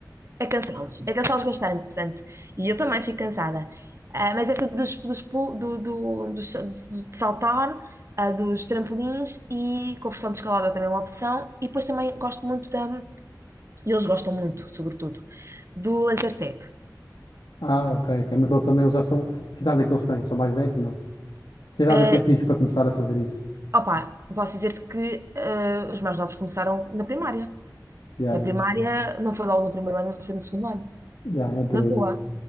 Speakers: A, on the right; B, on the left.
A: é cansá-los, é cansá-los bastante, portanto. E eu também fico cansada. Ah, mas essa dos, dos, pul- do, do, dos- do- saltar, ah, dos trampolins e conversão de escalada também é uma opção. E depois também gosto muito da, e eles gostam muito, sobretudo, do laser tag.
B: Ah, ok, ok. Mas eles também eles já são. Que idade é que eles têm? São mais velhos? Não. Que idade
A: Eh,
B: é que é fixe para começar a fazer isso?
A: opa, posso dizer-te que eh, os mais novos começaram na primária.
B: Yeah,
A: Na
B: yeah.
A: primária, não foi logo no primeiro ano, mas foi no segundo ano.
B: Yeah, é por
A: Na
B: aí.
A: boa.